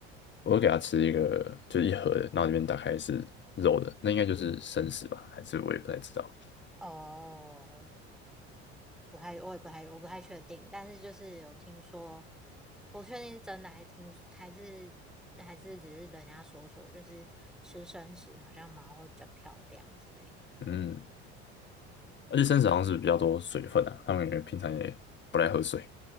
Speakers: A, on the left; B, in the centre.
A: 我会给他吃一个，就是一盒的，然后里面打开是肉的，那应该就是生食吧？还是我也不太知道。
B: 哦，不太，我也不太，我不太确定，但是就是有听说，不确定是真的还是听，还是还是只是人家说说，就是吃生食好像毛会比较漂亮之类的。
A: 嗯，
B: 嗯，
A: 而且生食好像是比较多水分啊，他们感觉平常也不太喝水，